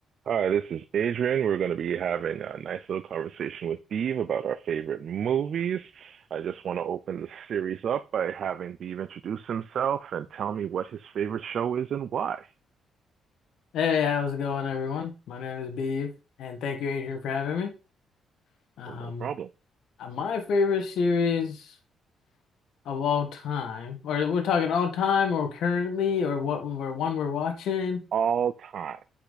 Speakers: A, on the right; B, on the left.
A: Hi, this is Adrian. We're going to be having a nice little conversation with Beav about our favorite movies. I just want to open the series up by having Beav introduce himself and tell me what his favorite show is and why.
B: Hey, how's it going, everyone? My name is Beeve, and thank you, Adrian, for having me. Um,
A: Hey, No problem.
B: uh, my favorite series of all time, or we're talking all time, or currently, or what we're one we're watching.
A: All time.